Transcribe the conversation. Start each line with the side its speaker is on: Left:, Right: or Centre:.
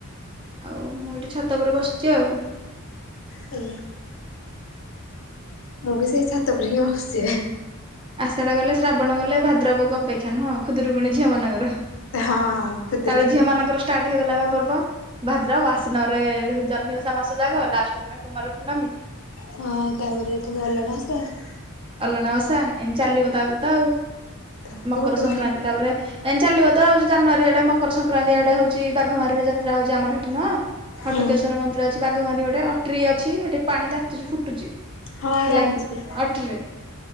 Right: ଆଉ ମୁଁ ଏଇଠି ଛାତ ଉପରେ ବସିଛି ଆଉ।
Left: ହୁଁ ମୁଁ ବି ସେଇ ଛାତ ଉପରେ ହିଁ ବସିଚି ଏବେ।
Right: ଆଷାଢ଼ ଗଲେ ଶ୍ରାବଣ ଗଲେ ଭାଦ୍ରବ କୁ ଅପେକ୍ଷା ନୁହଁ ଖୁଦୁରୁକୁୁଣି ଝିଅ ମାନଙ୍କର।
Left: ହଁ। ଖୁଦୁରୁକୁଣୀ
Right: ତାପରେ ଝିଅ ମାନଙ୍କର
Left: ଆଉ।
Right: ଷ୍ଟାର୍ଟ ହେଇଗଲା ବା ପର୍ବ। ଭାଦ୍ରବ ଆଶ୍ଵିନ ରେ ଜହ୍ନିଓଷା ମାସ ଯାକ ଲାଷ୍ଟ୍ ଦିନ କୁମାର ପୂର୍ଣ୍ଣମୀ।
Left: ହଁ ତାପରେ <unintelligible>
Right: ଅଲଣା ଓଷା ଏମତି ଚାଲିବ ତାପରେ ତ ଆଉ
Left: ତାପରେ
Right: ମକର
Left: ଗୋଟେ ଗୋଟେ
Right: ସଂକ୍ରାନ୍ତି ତାପରେ ଏମିତି ଚାଲିବ ତ ଜାନୁଆରୀ ଆଡ଼େ ମକର ସଂକ୍ରାନ୍ତି ଆଡ଼େ ହଉଛି ବାଘମାରି ରେ ଯାତ୍ରା ହଉଛି ଆମର ସେଠି ନୁହଁ
Left: ହୁଁ
Right: ହଟକେଶ୍ଵର ମନ୍ଦିର ଅଛି ବାଘମାରି ଗୋଟେ ଅଟରି ଅଛି ସେଠି ପାଣି ତାତୁଚି ଫୁଟୁଛି।
Left: ହଁ
Right: ହେଲା
Left: ଜାଣିଛି।
Right: କି। ଅଟ୍ରିରେ